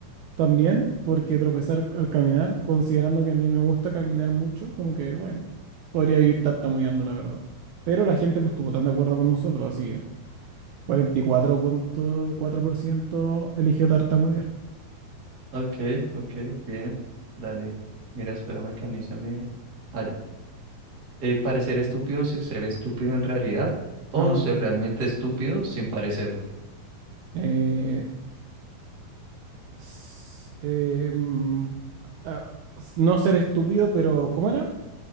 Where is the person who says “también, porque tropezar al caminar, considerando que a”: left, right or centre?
Right